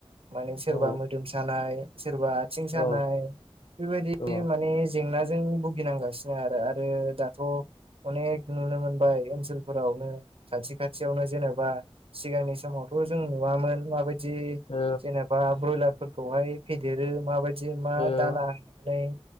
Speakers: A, on the right; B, on the left.
A: माने सोरबा
B: औ
A: मोदोम सानाय सोरबा आथिं सानाय
B: औ
A: बेबायदि
B: औ
A: माने जेंनाजों जों भुगिनांगासिनो आरो आरो दाथ' अनेक नुनो मोनबाय ओनसोलफोरावनो खाथि खाथियावनो जेनेबा सिगांनि समाव जों नुवामोन माबायदि
B: औ
A: जेनेबा ब्रयलारफोरखौहाय फेदेरो माबायदि? जेनेबा मा
B: औ
A: दाना होनानै